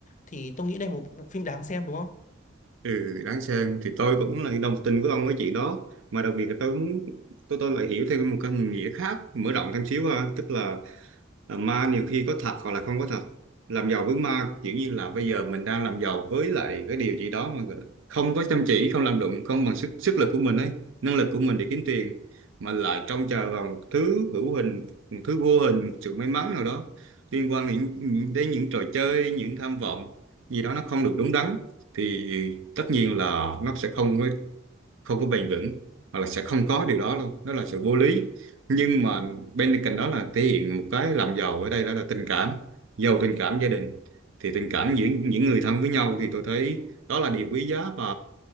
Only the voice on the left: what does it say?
thì tôi nghĩ đây là một bộ phim đáng xem đúng không